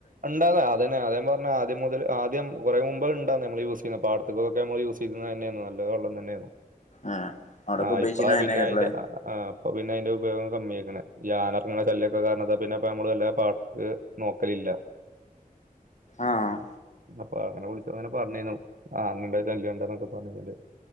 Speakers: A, on the right; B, on the left.
A: ഉണ്ടാതെ അതന്നെ അതേ പറഞ്ഞ ആദ്യം മുതൽ ആദ്യം കുറെ മുമ്പ് ഉണ്ടോന്ന് നമ്മള് യൂസ് ചെയ്യുന്ന <unintelligible> നമ്മള് യൂസ് ചെയ്യുന്നത് തന്നെയാണ് നല്ലത് വള്ളം തന്നെയാണ്
B: ഏഹ് അവിടൊക്കെ
A: ആ
B: ഉപയോഗിച്ചിനെ
A: ഇപ്പളാ
B: അയന്നേക്കാരല്ലേ
A: പിന്നെ അയിന്റെ ആ അപ്പൊ പിന്നെ അതിന്റെ ഉപയോഗം കമ്മിയാ <unintelligible> <unintelligible> ഇറങ്ങ ശല്യൊക്കെ കാരണം പിന്നെപ്പ നമ്മള് നല്ല പാടത്തക്ക് നോക്കലില്ല
B: ആഹ്
A: അപ്പൊ അങ്ങനെ വിളിച്ചു അങ്ങനെ പറഞ്ഞെന്ന് ആ അങ്ങിണ്ട് ശല്യം ഉണ്ട് ക്കെ പറഞ്ഞേണ്ട്